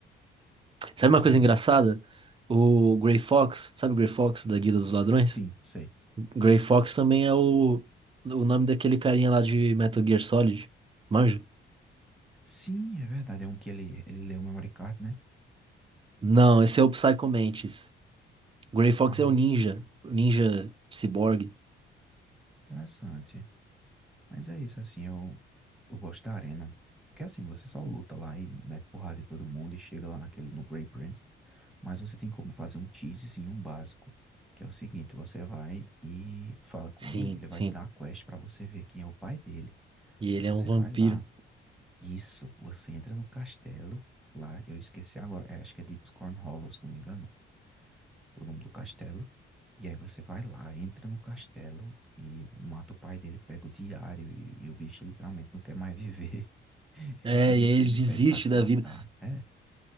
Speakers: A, on the right; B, in the centre.
A: Sabe uma coisa engraçada? O Grey Fox, sabe o Grey Fox da Guilda dos Ladrões?
B: Sim, sei.
A: Grey Fox também é o, o nome daquele carinha lá de Metal Gear Solid. Manja?
B: Sim, é verdade, é um que ele, ele leu o memory card, né?
A: Não, esse é o Psycho Mantis. O Grey Fox
B: Ah,
A: é o ninja, o ninja ciborgue.
B: interessante. Mas é isso, assim, eu, eu gosto da Arena. Porque assim, você só luta lá e mete porrada em todo mundo e chega lá naquele, no Grey Prince. Mas você tem como fazer um teasezinho, um básico. Que é o seguinte, você vai e fala com
A: Sim,
B: ele, ele vai
A: sim.
B: te dar uma quest pra você ver quem é o pai dele.
A: E
B: Aí
A: ele
B: você
A: é um vampiro.
B: vai lá, Isso, você entra no castelo, lá, eu esqueci agora, é, acho que é Deepscorn Hollow, se não me engano, o nome do castelo. E aí você vai lá, entra no castelo e mata o pai dele, pega o diário e, e o bicho literalmente não quer mais viver. <laughs>
A: É,
B: Ele, foi- ele,
A: e aí eles
B: ele
A: desistem
B: pede pra te
A: da
B: matar.
A: vida.
B: É,